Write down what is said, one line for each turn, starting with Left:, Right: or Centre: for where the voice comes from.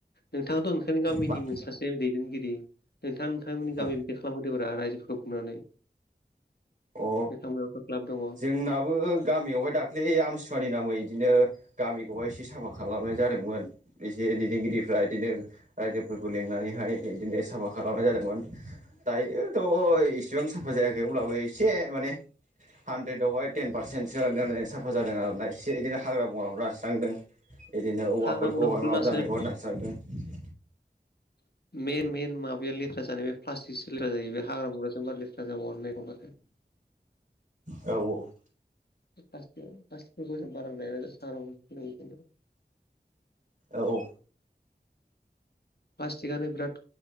Left: नोंथाङाथ' ओंखायनो गामिनि
Right: मा
Left: मोनसे सासे दैदेनगिरि नोंथां नोंथांमोननि गामियाव
Right: ओ
Left: बिदि खालामहदों रायजोफोरखौ बुंनानै
Right: अ
Left: दतमायावथ' क्लाब दङ।
Right: जोंनाबो गामियावहाय दाख्लै आमसुवानि नामै बिदिनो गामिखौहाय एसे साफा खालामनाय जादोंमोन एसे दैदेनगिरिफ्रा बिदिनो रायजोफोरखौ लिंनानैहाय बिदिनो साफा खालामनाय जादोंमोन दायोथ' इसेबां साफा जायाखै अब्लाबो एसे माने हानद्रेदावहाय टेन पारसेन्टसो सोयानो साफा जादों आरोना इसे बिदिनो हाग्रा बंग्राखौहाय दानस्रांदों। बिदिनो औवाफोरखौहाय
Left: हाग्रा बंग्राफोरखौ
Right: माबा
Left: नासोलै
Right: जानायखौ होननांसिगोन नोंथां।
Left: <inaudible> मेइन मइन माबाया लेथ्रा जानाय बे प्लास्टिकसो लेथ्रा जायो बे हाग्रा बुग्राजोंबा लेथ्रा जाबाव नायखबथाय।
Right: औ
Left: फासखौ फासखौ जों बारा लाया <unintelligible>
Right: औ औ
Left: प्लास्टिकनो बिराद